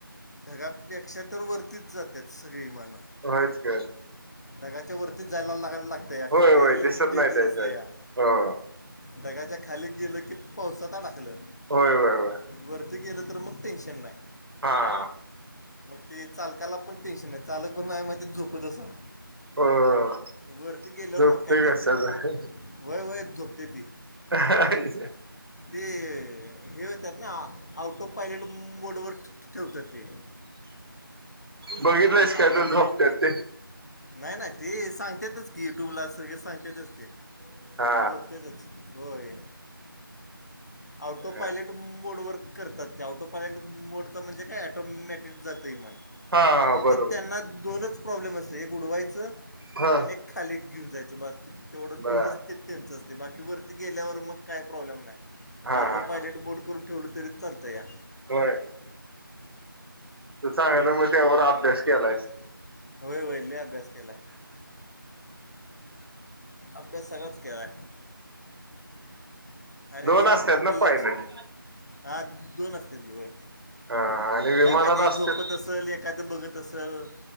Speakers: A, on the left; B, on the right.
A: ढगापेक्षा तर वरतीच जाते सगळीमानं.
B: होयच का
A: टगाच्या वरतीच जायला लागयला लागत.
B: होय
A: खाली
B: होय दिसत
A: डेंजर
B: नाही त्याच्यात
A: असतंय या
B: हो
A: ढगाच्या खाली गेलं कि पावसातडाकलं
B: होय होय होय
A: वरती गेलं तर मग टेन्शन नाही.
B: हा
A: मग ते चालकाला पण टेन्शन नाही चालक पण माग झोपत असाल.
B: हो
A: वरती गेल्यावर
B: झोपते
A: मग काही टेन्शन
B: कशाचा
A: नाही वय वय झोपते ती.
B: ह
A: ते हे होतात ना आउट ऑफ पायलट मोडवरर ठेवतात ते.
B: बघितलंयस
A: आउट
B: काय तर
A: ऑफ
B: झोपतत ते
A: नाही नाही ते सांगताातच की युट्यूब ला सगळळे सांगताातच ते.
B: हा
A: ते झोपतेेतच होय. ऑटोपायलट
B: हा
A: मोडवर करतात त्या ऑटोपायलट मोडच म्हणजे काय ॲटोमॅटिक जात न
B: हा
A: फक्त
B: बरोबर
A: त्यांना दोनच प्रॉब्लेम असत एक उडवायचं
B: हा
A: आणि खाली घेऊन जायचं बस्त तेवढं
B: बर
A: दोनच ते त्यांचं असते बाकी वरती गेल्यावर मग काय प्रॉब्लेम नाही.
B: हा
A: ऑटो
B: हा
A: पायलट
B: हा.
A: बोर्ड करून ठेवलं तरी चालतंय.
B: होय त सांगायला मग त्यावर अभ्यास केलायच.
A: वयर वयले अभ्यास केला. अभ्यासगच कलाय. आणिर
B: दोन
A: लांब
B: असतात ना
A: पल्ले
B: पायलट
A: हा दोन असत घऊय
B: हा आणि विमानात
A: काय माहिती एक
B: असतेच
A: झोपत असते. एाद बघत असल